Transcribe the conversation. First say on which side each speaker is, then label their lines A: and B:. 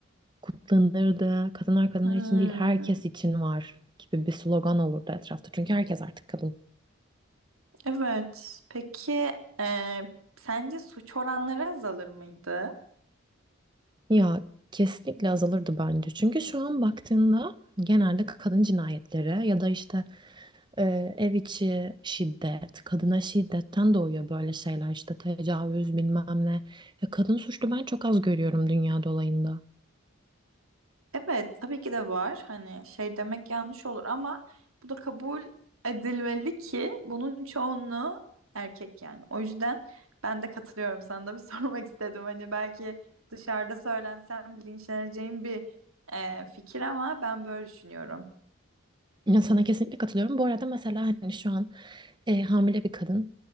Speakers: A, on the right; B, on the right.
A: kutlanırdı. Kadınlar kadınlar
B: Hmm,
A: için değil herkes için var gibi bir slogan olurdu etrafta. Çünkü herkes artık kadın.
B: evet. Peki e, sence suç oranları azalır mıydı?
A: Ya kesinlikle azalırdı bence. Çünkü şu an baktığında genelde kadın cinayetleri ya da işte Ee, ev içi şiddet, kadına şiddetten doğuyor böyle şeyler işte tecavüz bilmem ne. Ya kadın suçlu ben çok az görüyorum dünya dolayında.
B: Evet, tabii ki de var. Hani şey demek yanlış olur ama bu da kabul edilmeli ki bunun çoğunluğu erkek yani. O yüzden ben de katılıyorum. Sana da bir <laughs> sormak istedim. Hani belki dışarıda söylensem linçleneceğim bir e, fikir ama ben böyle düşünüyorum.
A: Ya sana kesinlikle katılıyorum. Bu arada mesela hani şu an e, hamile bir kadın